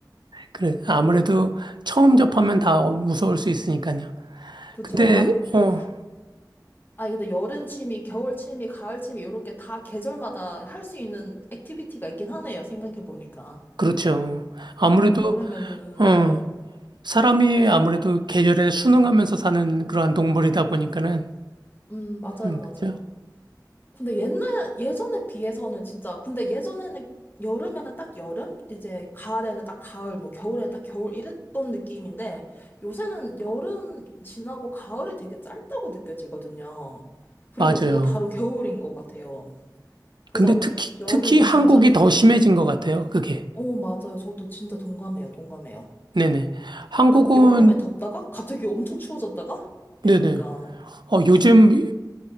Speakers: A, on the right; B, on the left.
A: 그래. 아무래도 처음 접하면 다 무서울 수 있으니까요.
B: 그쵸.
A: 근데,
B: 아니, 그것도,
A: 어,
B: 아니, 근데 여름 취미, 겨울 취미, 가을 취미, 이런 게 다 계절마다 할 수 있는 액티비티가 있긴 하네요. 생각해보니까.
A: 그렇죠. 아무래도,
B: 음, 여름에는,
A: 어,
B: 네.
A: 사람이 아무래도 계절에 순응하면서 사는 그러한 동물이다 보니까는,
B: 음, 맞아요,
A: 음,
B: 맞아요.
A: 그죠?
B: 근데 옛날, 예전에 비해서는 진짜, 근데 예전에는, 여름에는 딱 여름? 이제 가을에는 딱 가을, 뭐 겨울에는 딱 겨울 이랬던 느낌인데, 요새는 여름 지나고 가을이 되게 짧다고 느껴지거든요. 그리고
A: 맞아요.
B: 이제 또 바로 겨울인 것 같아요. 그래서
A: 근데 특히,
B: 여름
A: 특히 한국이
B: 진짜,
A: 더 심해진 것 같아요, 그게.
B: 어, 맞아요. 저도 진짜 동감해요, 동감해요.
A: 네네. 한국은,
B: 딱 여름에 덥다가 갑자기 엄청 추워졌다가? 이러니까.
A: 네네. 어, 요즘,